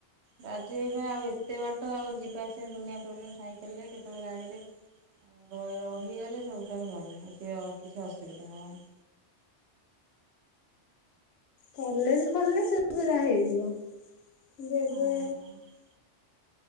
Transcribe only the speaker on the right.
ରାଜି ହେବେ ଆଉ ଏତେ ବାଟ ଆଉ ଯିବା ଆସିବା ଦୁନିଆ ପ୍ରୋବ୍ଲେମ ସାଇକେଲରେ କେତେବେଳେ ଗାଡ଼ିରେ ରହିଗଲେ ସବୁଠାରୁ ଭଲ ଆଉ କିଛି ଅସୁବିଧା ହବନି।
ହଁ